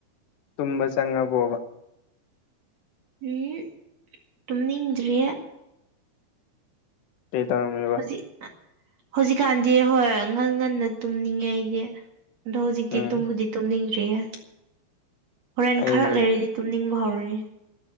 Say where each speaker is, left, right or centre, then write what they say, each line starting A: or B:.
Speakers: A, on the left; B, on the right.
A: ꯇꯨꯝꯕ ꯆꯪꯉꯕꯣꯕ
B: ꯍꯝ ꯇꯨꯝꯅꯤꯡꯗ꯭ꯔꯤꯌꯦ
A: ꯀꯩꯗꯧꯔꯝꯃꯤꯕ
B: ꯍꯧꯖꯤꯛ ꯍꯧꯖꯤꯛꯀꯥꯟꯗꯤ ꯍꯣꯏ ꯉꯟ-ꯉꯟꯅ ꯇꯨꯝꯅꯤꯡꯉꯦ ꯑꯩꯗꯤ ꯑꯗꯣ ꯍꯧꯖꯤꯛꯇꯤ
A: ꯎꯝ
B: ꯇꯨꯝꯕꯨꯗꯤ ꯇꯨꯝꯅꯤꯡꯗ꯭ꯔꯤꯌꯦ ꯍꯣꯔꯦꯟ
A: ꯑꯩ
B: ꯈꯔ ꯂꯩꯔꯤꯗꯤ ꯇꯨꯝꯅꯤꯡꯕ ꯍꯧꯔꯅꯤ